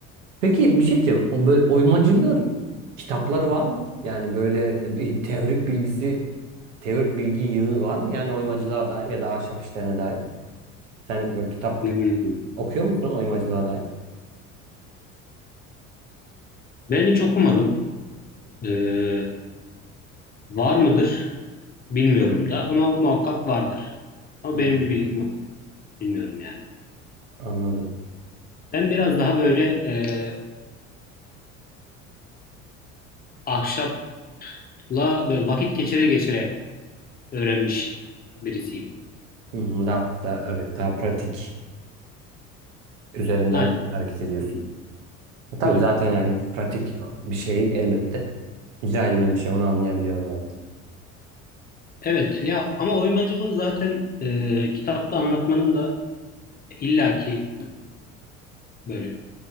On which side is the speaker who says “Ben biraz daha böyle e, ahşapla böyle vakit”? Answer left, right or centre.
Left